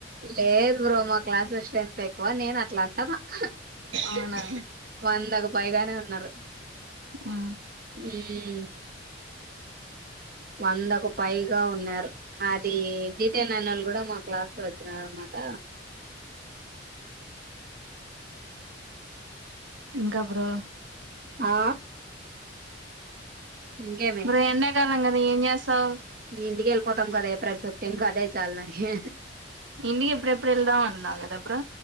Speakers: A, on the right (about 50°); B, on the right (about 85°).
A: లేదు బ్రో మాక్ క్లాస్ల స్ట్రెంత్ ఎ ఓ నేను అట్లా అంటనా. హ్
B: అవునా
A: వందకు పైగానే ఉన్నారు.
B: ఆ
A: హ్ వందకు పైగా ఉన్నారు. అది డీటెయిన్ అయినోళ్లు కూడా మా క్లాస్ లో వచ్చినారన్నమాట.
B: ఇంకా బ్రో
A: ఆ ఇంకేమి
B: ఇబ్బుడు ఎండాకాలం కద మరి ఏం చేస్తావ్
A: ఇంటికి వెళ్ళిపోతాం కదా ఏప్రిల్ ఫిఫ్టీన్ కి అదే చాలు నాకి
B: ఇంటికి ఎప్పుడు ఎప్పుడు వెళ్దాం అన్నావ్ కదా బ్రో